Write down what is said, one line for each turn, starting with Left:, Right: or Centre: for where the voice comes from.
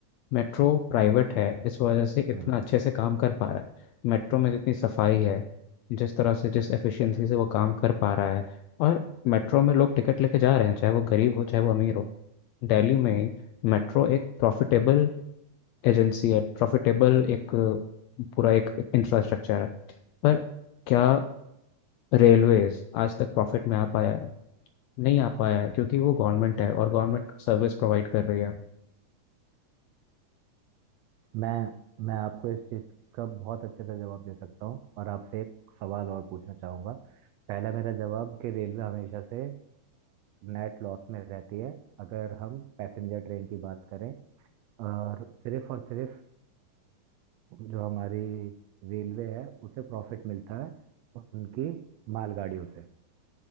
Left: मेट्रो प्राइवेट है इस वजह से इतना
Right: हम्म
Left: अच्छे से काम कर पा रहा है मेट्रो में जितनी सफाई है जिस तरह से जिस एफिशिएंसी से वो काम कर पा रहा है और मेट्रो में लोग टिकट लेके जा रहे हैं चाहे वो गरीब हो चाहे वो अमीर हो दिल्ली में मेट्रो एक प्रॉफिटेबल एजेंसी है प्रॉफिटेबल एक अ, पूरा एक इंफ्रास्ट्रक्चर है पर क्या रेलवेज आज तक प्रॉफिट में आ पाया है नहीं आ पाया है क्योंकि वो गवर्नमेंट है और गवर्नमेंट सर्विस प्रोवाइड कर रही है
Right: मैं मैं आपको इस चीज का बहुत अच्छे से जवाब दे सकता हूँ और आपसे एक सवाल और पूछना चाहूंगा पहला मेरा जवाब कि रेलवे हमेशा से नेट लॉस में रहती है अगर हम पैसेंजर ट्रेन की बात करें और सिर्फ और सिर्फ जो हमारी रेलवे है उसे प्रॉफिट मिलता है उनकी मालगाड़ियों से